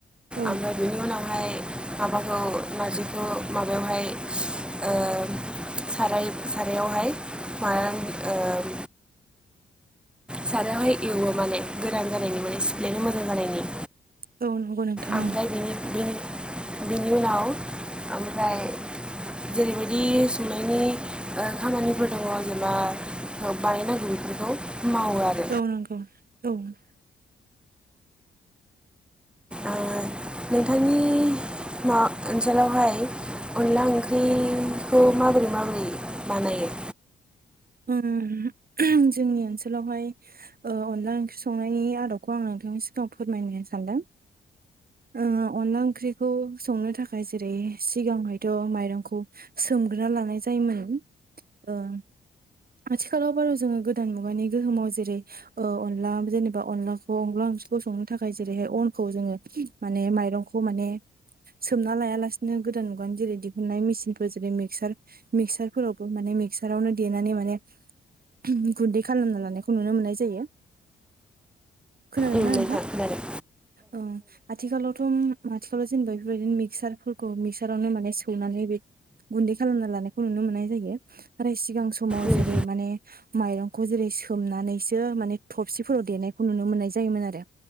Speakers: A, on the right (about 45°); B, in the centre.
A: औ
B: ओमफाय बेनि उनाव हाय। माबाखौ नारजिखौ माबायावहाय ओ साराय सारावहाय मा ओम सारहाय इवो माने गोरान जानायनि माने सिप्लेनो मोजां जानायनि।
A: औ नंगौ नोंथां
B: ओमफ्राय
A: औ
B: बिनि बिनि बिनिउनाव ओमफ्राय जेरैबायदि संनायनि ओ खामानिफोर दङ जेनेबा औ बानायनो गुरैफोरखौ मावो आरो।
A: <unintelligible>
B: ओ नोंथांनि म ओनसोलावहाय अनला ओंख्रिखौ माबोरै माबोरै बानायो?
A: उम जोंनि ओनसोलावहाय ओ अनला ओंख्रि संनायनि आदबखौ आं नोंथांनि सिगाङाव फोरमायनो सानदों। ओ अनला ओंख्रिखौ संनो थाखाय जेरै सिगांहायथ' माइरंखौ सोमगोरोना लानाय जायोमोन ओं। आथिखालाव बार' जोङो मुगानि गोहोमाव जेरै ओ अनला जेनेबा अनलाखौ अनला ओंख्रिखौ संनो थाखाय जेरैहाय अनखौ जोङो माने माइरंखौ माने‌ सोमना लायालासिनो गोदान मुगानि जेरै दिहुननाय मेसिनफोर जेरै मिक्सार मिक्सार फोरावबो माने मिक्सारावनो देनानै माने म गुन्दै खालामना लानायखौ नुनो मोननाय जायो। खोनादों
B: उम
A: ना नोंथां?
B: खोनादों
A: औ आथिखालावथ' माथिखालाव जेनेबा बेफोरबायदिनो मिक्सारफोरखौ मिक्सारावनो माने सौनानै बे गुन्दै खालामना लानायखौ नुनो मोननाय जायो, नाथाय सिगां समाव
B: उम
A: जेरै माने माइरंखौ जेरै सोमनानैसो माने थबसिफोराव देनायखौ नुनो मोननाय जायोमोन आरो।